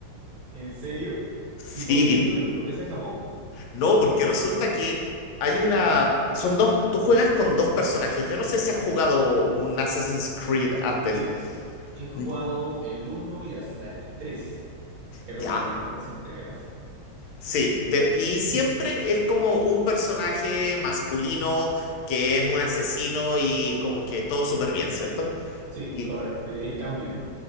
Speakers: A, on the right (about 55°); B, on the left (about 85°).
A: ¿en serio?
B: Sí,
A: ¿Y por qué? Solamente porque sea Japón.
B: no, porque resulta que hay una... Son dos... Tú juegas con dos personajes. Yo no sé si has jugado un Assassin's Creed antes.
A: Sí, he jugado
B: Mm,
A: el uno y hasta el 3. Creo
B: Ya,
A: que habían tres entregas.
B: Sí, de- y siempre
A: Ujú.
B: es como un personaje masculino que es un asesino y como que todo súper bien, ¿cierto?
A: Sí,
B: Y
A: correcto. Y de ahí cambian.